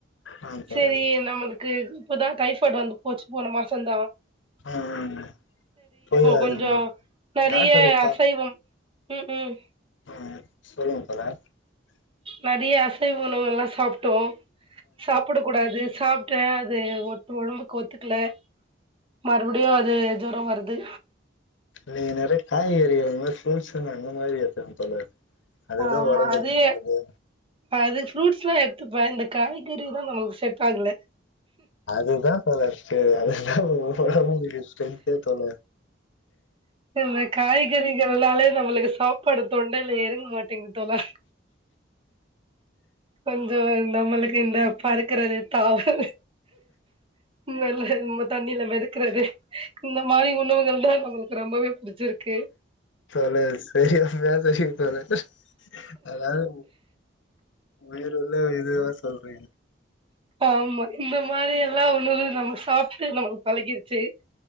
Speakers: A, on the left; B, on the right.
A: ஆ தோழர்
B: சேரி நம்ம கு இப்பதா டைஃபாய்ட் வந்து போச்சு போன மாசோ தா
A: ஆமா போயகணும்லே
B: கொஞ்சோ நெறைய
A: டாக்டரப்பா
B: அசைவம் ம் ம்
A: ஆ சொல்லுங்கப்பல <unintelligible>
B: மதிய அசைவ உணவுலா சாப்ட்டோ சாப்புட கூடாது சாப் ட்டது ஒட்டு ஒடம்புக்கு ஒத்துகல மறுபடியு அது ஜொரோ வருத் து
A: நீ நெறை காய்கறின்னு ஃரூட்ஸ்ன்னு அந்த மாரி எடுத்துக்க தோழர் அதுதான்
B: ஆமா
A: உடம்புக்கு
B: அது
A: நல்லது
B: அது ஃப்ரூட்ஸ்லா எடுத் பே இந்த காய்கறி தா நம்மளுக்கு செட் ஆகல
A: அது தா <unintelligible> செரி அத அது ஒடம்புக்கு ஸ்ட்ரென்த்தே தோல
B: இந்த காய்கறிகள்னால நம்மளுக்கு சாப்பாடு தொண்டைல எறங்க மாட்டேங்கு தோலா கொஞ்சோ நம்மளுக்கு இந்த பறக்கறது தாவுறது வேர மெல்ல தண்ணியில மெதக்குறது இந்த மாரி உணவுகள் தா நம்மளுக்கு ரொம்பவே புடிச்சிருக்கு
A: தோழா சரியான <unintelligible> தோழா அதாவது உயிருள்ள இதுதான் சொல்றே
B: ஆமா இந்த மாரி எல்லாம் உணவு நம்ம சாப்ட்டு நமக்கு பழகிருச்சு